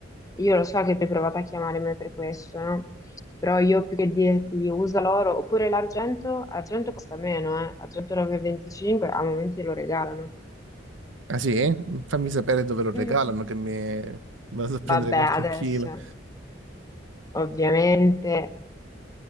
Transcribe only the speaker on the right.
Ah sì? Fammi sapere dove lo regalano
che mi vado a prendere
qualche
chilo.